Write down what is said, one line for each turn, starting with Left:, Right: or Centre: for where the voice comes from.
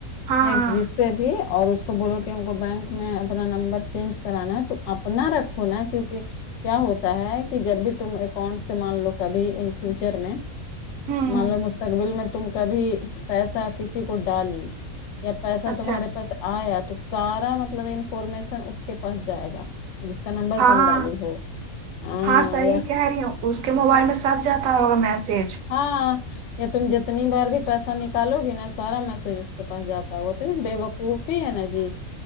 Right: ہاں
Left: ایک
Right: ہاں
Left: جیس سے بھی اور اس کو بولو کہ ہم کو بینک میں اپنا نمبر چینج کرانا ہے تو اپنا رکھو نا کیونک کیا ہوتا ہے کہ جب بھی تم اکاؤنٹ سے مان لو کبھی ان فیوچر میں
Right: ہوں ہوں
Left: مان لو مستقبل میں تم کبھی پیسہ کسی کو ڈالی یا پیسا
Right: اچھا
Left: تمہارے پاس آیا تو سارا مطلب انفارمیشن اس کے پاس جائے گا جس کا نمبر
Right: ہاں
Left: تم ڈالی ہو ہاں
Right: صحیح
Left: یا
Right: کہہ رہی ہوں اس کے موبائل میں سب جاتا ہوگا میسج
Left: ہاں ہاں تم جتنی بار بھی پیسہ نکالو گی نا سارا میسج کے پاس جاتا ہو تو بےوقوف ہی ہے نا جی